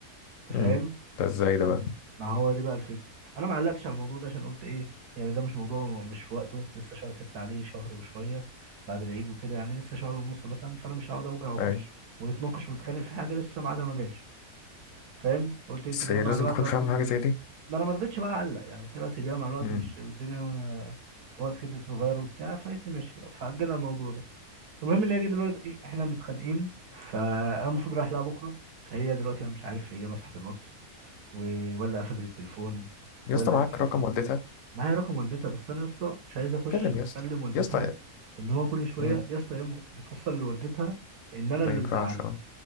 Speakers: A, on the right (about 85°); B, on the left (about 65°).
A: انت
B: مم.
A: فاهم؟
B: ده إزاي
A: أنا مش
B: ده
A: عايز-
B: بقى
A: ما هو دي بقى الفكره انا ما علقتش على الموضوع ده عشان قلت ايه يعني ده مش موضوع مش في وقته لسه شهر ستة عليه شهر وشويه بعد العيد وكده يعني لسه شهر ونص مثلا فانا مش هقعد اوجع واخش
B: أيوة
A: ونتناقش ونتخانق في حاجه لسه ميعادها ما جاش فاهم قلت يمكن
B: بس
A: هي
B: هي
A: مع
B: لازم
A: الوقت
B: تكون
A: اصلا
B: فاهم حاجة زي دي
A: ما انا ما رضيتش بقى اعلق يعني قلت لها سيبيها مع الوقت
B: مم.
A: مش والدنيا هو كده تتغير وبتاع فقالت لي ماشي بقى فاجلنا الموضوع ده المهم اللي هي دلوقتي ايه احنا متخانقين فانا المفروض رايح لها بكره فهي دلوقتي انا مش عارف هي مسحت الواتس و- ولا قفلت التليفون
B: يا
A: ولا
B: اسطى معاك
A: ايه اللي حصل
B: رقم والدتها
A: معايا رقم والدتها بس انا يا اسطى مش عايز اخش
B: كلم يا اسطى
A: اكلم والدتها
B: يا اسطى
A: ان هو كل شويه
B: مم.
A: يا اسطى هي م- بتوصل لوالدتها ان انا اللي
B: ما ينفعش
A: مزعلها
B: أه